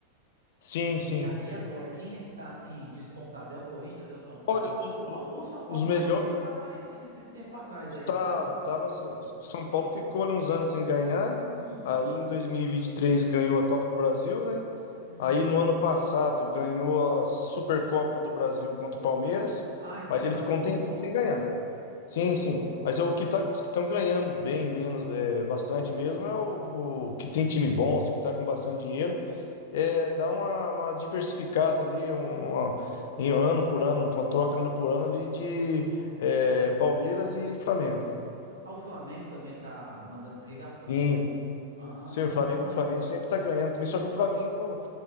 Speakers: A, on the left; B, on the right.
A: Sim,
B: E,
A: sim.
B: a- e agora, quem é que tá assim despontado? É o Corinthians, é o São Paulo?
A: Olha, os,
B: O, Pau- o São Paulo
A: os
B: tava
A: melhor,
B: meio desaparecido esses tempos atrás
A: Estava,
B: aí, não tava?
A: estava assim. o São Paulo ficou ali uns anos sem ganhar.
B: Hum,
A: Aí em 2023 ganhou a Copa do Brasil, né?
B: hum.
A: Aí no ano passado ganhou a Supercopa do Brasil contra o Palmeiras,
B: Ah, então
A: mas ele
B: tá-
A: ficou
B: voltou.
A: um tempo sem ganhar.
B: Voltou.
A: Sim, sim. Mas é o que tá, os que estão ganhando bem menos, é, bastante mesmo, é o, o que tem time bom, os que está com bastante dinheiro, é dá uma, uma diversificada ali, um, uma- em ano por ano, uma troca ano por ano ali de é, Palmeiras e Flamengo.
B: Ah, o Flamengo também tá mandando, regaçando.
A: Sim,
B: Ah,
A: sim, o Flamengo, o Flamengo sempre tá ganhando também. Só que o Flamengo,